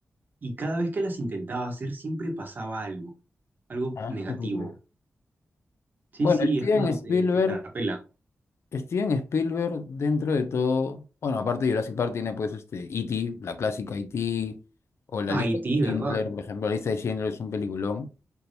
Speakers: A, on the right; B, on the left.
A: y cada vez que las intentaba hacer siempre pasaba algo, algo
B: Ah,
A: negativo.
B: no te puedo creer.
A: Sí,
B: Bueno,
A: sí,
B: Steven
A: es como
B: Spielberg
A: que te escarapela.
B: Steven Spielberg, dentro de todo, bueno, aparte de Jurassic Park, tiene pues este E.T., la clásica E.T., o la
A: Haití,
B: lista de
A: ¿verdad?
B: Schindler, por ejemplo, la lista de Schindler es un peliculón.